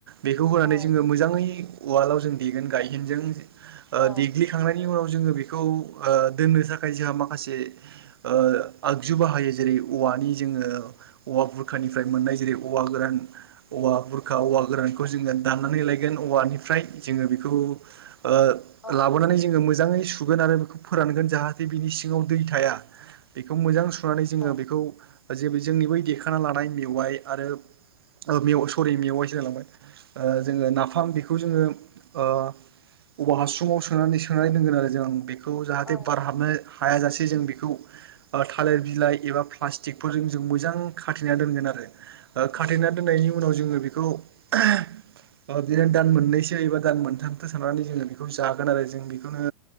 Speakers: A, on the right; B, on the left.
A: बेखौ होनानै
B: औ
A: जोङो मोजाङै उवालाव जों देगोन गायहेनजों ओ
B: औ
A: देग्लिखांनायनि उनाव जोङो बेखौ दोननो थाखाय जों माखासे ओ आगजु बाहायो जेरै औवा मानि जोङो औवा बुरखानिफ्राय मोननाय जेरै औवा गोरान औवा बुरखा औवा गोरानखौ जोङो दाननानै लायगोन औवानिफ्राय जोङो बेखौ ओ
B: औ
A: लाबोनानै जोङो मोजाङै सुगोन आरो बेखौ फोरानगोन जाहाथे बिनि सिङाव दै थाया बेखौ मोजां सुनानै जोङो
B: औ
A: बेखौ जे जोंनि बै देखाना लानाय मेवाइ आरो ओ मेव सरि मेवाइसो होनलाय लांबाय जोङो नाफाम बेखौ जोङो औवा हासुङाव सोनानै सोनानै दोनगोन आरो जों बेखौ जाहाथे
B: औ
A: बार हाबनानै हायाजासे जों बेखौ थालिर बिलाइ एबा प्लास्टिकफोरजों जों मोजां खाथेना दोनगोन आरो
B: उम
A: खाथेना दोननायनि उनाव जोङो बेखौ ओ बिदिनो दान मोननैसो एबा दान मोनथाम नानै ज जागोन आरो जों बेखौनो